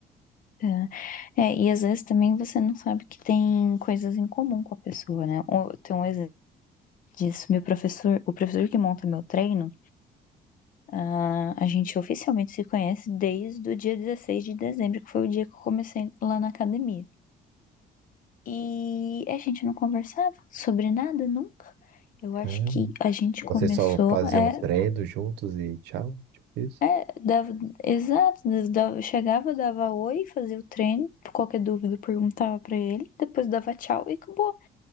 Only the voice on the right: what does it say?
Caramba.
Vocês só faziam
treino juntos e tchau, tipo isso?